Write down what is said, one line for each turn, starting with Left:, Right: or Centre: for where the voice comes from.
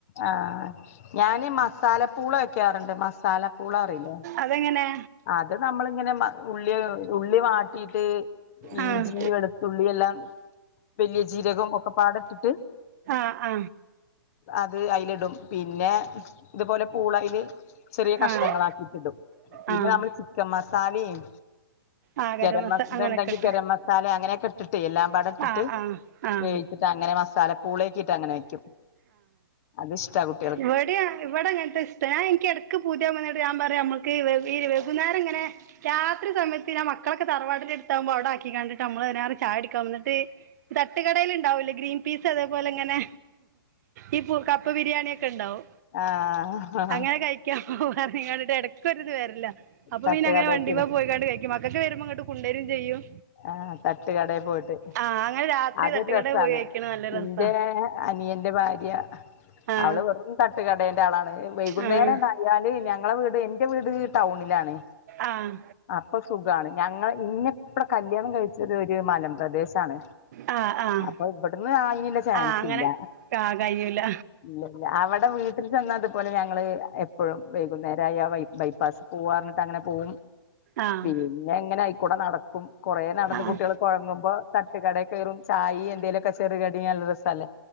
Left: ആഹ ഞാന മസാലപ്പൂള വെക്കാറുണ്ട് മസാലപ്പൂള അറിയോ
Right: അതെങ്ങനെ
Left: അത് നമ്മളിങ്ങനെ ഉള്ളി ഉള്ളി വാട്ടിയിട്ട്
Right: ആഹ്
Left: ഇഞ്ചി വെളുത്തുള്ളി എല്ലാം വലിയ ജീരകം ഒക്കെപാടെഇട്ടിട്ട്
Right: ആ ആ
Left: അത് അയിലി ടും പിന്നെ ഇതുപോലെ പൂളൽ ചെറിയ
Right: ആഹ്
Left: കഷ്ണങ്ങള ആക്കിയിട്ടിടും പിന്നെ
Right: ആഹ്
Left: നമ്മൾ ചിക്കൻ മസാലയും
Right: ആഹ്
Left: ഗരം മസ
Right: അങ്ങനൊക്കെ
Left: ഇ ഉണ്ടെങ്കി
Right: ഇട്ട്
Left: ഗര മസാല അങ്ങനെയൊക്കെ ഇട്ടിട്ട് എല്ലാം പാടെട്ടിട്ട്
Right: ആഹ് ആഹ് ആഹ്
Left: വേവ് അങ്ങനെ മസാല പൂളേക്കിയിട്ട് അങ്ങനെ വെക്കും അത്ഷ്ട കുട്ട്യേ
Right: ഇവിടെയാ അ ഇവിടെ അങ്ങന ഇഷ്ട ഞ എനക്ക് ടക്ക് പൂതിയാവുമ്പോ പറയും നമ്മക്ക് ഈ വൈകുന്നെര ഇങ്ങനെ രാത്രി സയത്തിനെ മക്കളൊക്കെ തറവാടി എടുത്താവുമ്പോ അവിടെ ആക്ക കണ്ടിട്ട് നമ്മള് ങ്ങനെ ചാടിക്കാൻ വന്നിട്ട് തട്ടുകടേൽണ്ടാവൂലേ ഗ്രീൻ പീസ് അതേപോലെ ഇങ്ങനെ ഈ കപ്പ ബിരിയാണിക്കെ ണ്ടാവും
Left: ആഹ്
Right: അങ്ങനെ കഴിക്കാൻ പോവാ നിങ്ങളുടെ ഇടക്കരിത് വരലാ അപ്പൊ
Left: തട്ടുകടേക്കില്ലേ
Right: പിന്ന അങ്ങന വണ്ടിമേ പോയിക്കാണ്ട് കഴിക്കും മക്കൊക്കെ വരുമ്പോ ഇങ്ങട്ട് കൊണ്ടുവരും ചെയ്യും
Left: ആഹ് തട്ട് കടയിൽ പോയിട്ട്
Right: ആഹ് അങ്ങനെ രാത്രി
Left: അതൊരു
Right: തട്ടുകടേ
Left: രസമാണ്
Right: പോയി കഴിക്കണ നല്ല രസാ
Left: ഇന്റെ അനിയന്റെ ഭാര്യ
Right: ആഹ്
Left: അവള് വെക്ക് തട്ട്കടേന്റെ ആളാണ് വൈകുന്നേരം
Right: ആഹ്
Left: ണ്ടായാല് ഞങ്ങളെ വീട് എറെ വീട് ടൗണിലാണ്
Right: ആഹ്
Left: അപ്പൊ സുഖമാണ് ഞങ്ങ ഇങ്ങ കല്യാണം കഴിച്ചത് ഒരു മലമ്പ്രദേശാണ്
Right: ആഹ് ആഹ്
Left: അപ്പൊ ഇവിടന്ന് ആയില്ല ചാൻ
Right: ആഹ്
Left: സ്
Right: അങ്ങനെ
Left: ല്ല
Right: ആഹ് കഴിയൂല
Left: ഇല്ല ഇല്ല അവിടെ വീട്ടിൽ ചെന്ന അത് പല് ഞങ്ങള് എപ്പോഴും വൈകുന്നേര ആ ബൈപ്പാസ് പോവാ എന്നിട്ട് അങ്ങനെ പോവും.
Right: ആഹ്
Left: പിന്നെ എങ്ങനെ ആയിക്കൂടെ നട കും കുറേ നടന്ന്
Right: ആഹ്
Left: കുട്ടികൾ കുഴങ്ങുമ്പോ തട്ടുകടേ കേറും ചായ് ഈ എന്തെലൊക്കെ ചെറുവടി അല്ലറസല്ലേ.